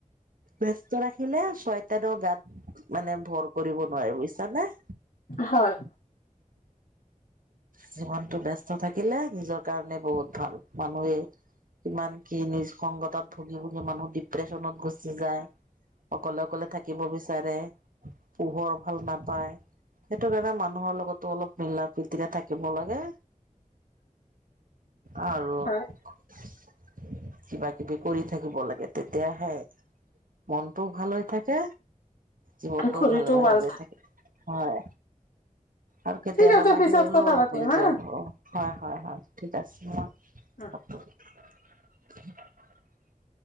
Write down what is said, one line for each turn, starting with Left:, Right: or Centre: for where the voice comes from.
Right: ব্য্স্ত ৰাখিলে ছয়তাৰৰ গাত মানে ভৰ কৰিব নোৱাৰে বুজিছানে।
Left: হয়।
Right: জীৱনটো বস <unintelligible> থাকিলে নিজৰ কাৰণে বহুত ভাল মানুহে ইমান কি নিজ সংগতত ভুগি ভুগি মানুহ ডিপ্ৰেছনত গুচি যায়। অকলে, অকলে, থাকিব বিচাৰে পোহৰ ভাল নাপায়। সেইটো কাৰণে মানুহৰ লগতো অলপ মিলা প্ৰীতিৰে থাকিব লাগে। আৰু
Left: হয়
Right: কিবা কিবি কৰি থাকিব লাগে তেতিয়াাহে। মনটোও ভাল হৈ থাকে জীৱনটোও
Left: শৰীৰটোও
Right: ভালে ভালে
Left: ভাল
Right: গৈ থাকে হয়। আৰু কেতিয়াবা
Left: ঠিক আছে
Right: বাহিৰলৈও
Left: পিছত কথা
Right: অলপ
Left: পাতিম
Right: উলি
Left: হা
Right: যাব হয় হয় হয় ঠিক আছে ম
Left: উম,
Right: <inaudible>